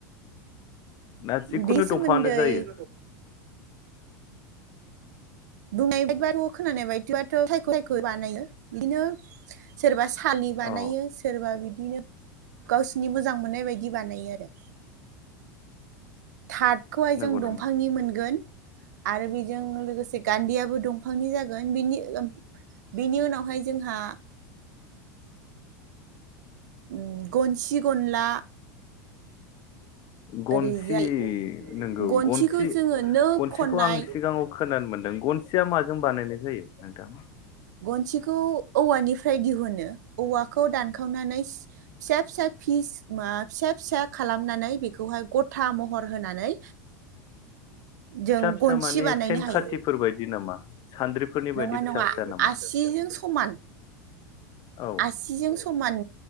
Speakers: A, on the left (about 45°); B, on the right (about 70°).
A: ना
B: बेनि
A: जिखुनु
B: सोमोन्दै
A: दंफाङानो जायो
B: बुंनाय बायदिब' खोनानाय बायदिबथ' सायख' <inaudible> सायख' <inaudible> बानायो बिदिनो सोरबा थालि बानायो
A: अ
B: सोरबा बिदि बिदिनो गावसिरनि मोजां मोननाय बायदि बिदि बानायो आरो थारदखौहाय
A: नंगौ
B: जों दंफांनि
A: नामा
B: मोनगोन आरो बेजों लोगोसे गान्दियाबो दंफांनि जागोन बिनि बिनि उनावहाय जोंहा ओ गनसि गनला
A: गनसि
B: ओरैजाय
A: नंगौ
B: गनसिखौ
A: गनसि
B: जोङो नो
A: गनसिखौ
B: खननाय
A: आं सिगाङाव खोनानो मोनदों गनसिया माजों बानायनाय जायो नोंथां
B: गनसिखौ औवानिफ्राय दिहुनो औवाखौ दानखावनानै फिसा फिसा फिस मा फिसा फिसा खालामनानै बेखौहाय गथा महर होनानै जों
A: फिसा फिसा
B: गनसि
A: माने
B: बानायनो
A: सेन
B: हायो
A: खाथिफोर बायदि नामा सान्द्रिफोरनि
B: नङा
A: बायदि फिसा
B: नङा
A: फिसा नामा
B: आसिजों समान
A: औ
B: आसिजों समान